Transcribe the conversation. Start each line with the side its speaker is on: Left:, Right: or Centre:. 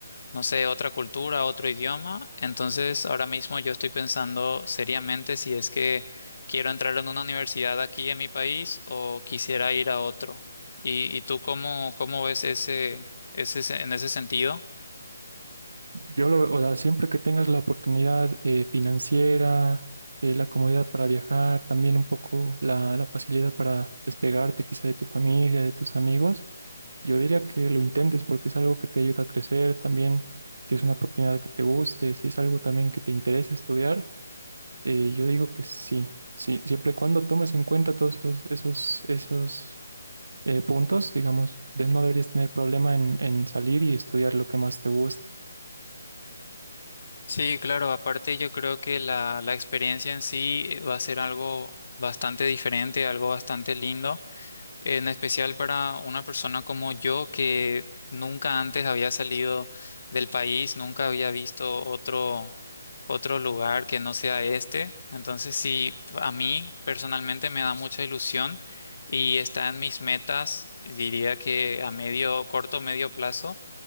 Left: no sé, otra cultura, otro idioma. Entonces, ahora mismo yo estoy pensando seriamente si es que quiero entrar en una universidad aquí en mi país o quisiera ir a otro. ¿Y, y tú cómo, cómo ves ese, ese, se- en ese sentido?
Right: Yo lo, o sea, siempre que tengas la oportunidad eh, financiera, eh, la comodidad para viajar, también un poco la, la facilidad para despegarte quizá de tu familia, de tus amigos, yo diría que lo intentes porque es algo que te ayuda a crecer también, si es una oportunidad que te guste, si es algo también que te interesa estudiar. Eh, yo digo que sí, sí, siempre y cuando tomes en cuenta todos esos, esos, esos eh, puntos, digamos, de- no deberías tener problema en, en salir y estudiar lo que más te guste.
Left: Sí, claro, aparte yo creo que la, la experiencia en sí eh, va a ser algo bastante diferente, algo bastante lindo. en especial para una persona como yo que nunca antes había salido del país, nunca había visto otro, otro lugar que no sea este. Entonces sí, a mí personalmente me da mucha ilusión y está en mis metas, diría que a medio, corto, medio plazo.